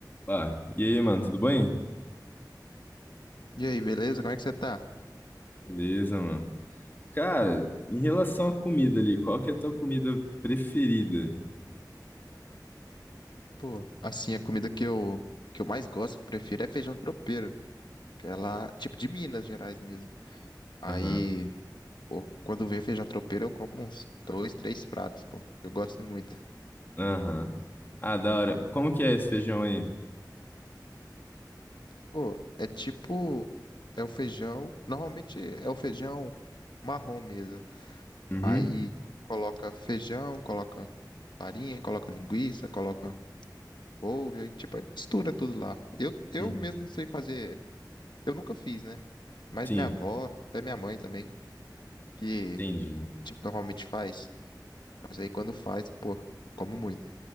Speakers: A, on the left; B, on the left.
A: Ah, e aí, mano, tudo bem?
B: E aí, beleza? Como é que você tá?
A: Beleza, mano. Cara, em relação à comida ali, qual que é a tua comida preferida?
B: Pô, assim, a comida que eu, que eu mais gosto, que eu prefiro, é feijão tropeiro, que é lá, tipo de Minas Gerais mesmo. Aí,
A: Aham,
B: pô, quando vem feijão tropeiro, eu como uns dois, três pratos, pô, que eu gosto muito.
A: aham. Ah, da hora. Como que é esse feijão aí?
B: Pô, é tipo, é o feijão, normalmente é o feijão marrom mesmo.
A: Uhum,
B: Aí, coloca feijão, coloca farinha, coloca linguiça, coloca couve, aí, tipo, aí mistura tudo lá. Eu, eu
A: uhum.
B: mesmo não sei fazer, eu nunca fiz, né? Mas
A: Sim,
B: minha avó, até minha mãe também, que,
A: entendi.
B: tipo, normalmente faz. Mas aí quando faz, pô, eu como muito.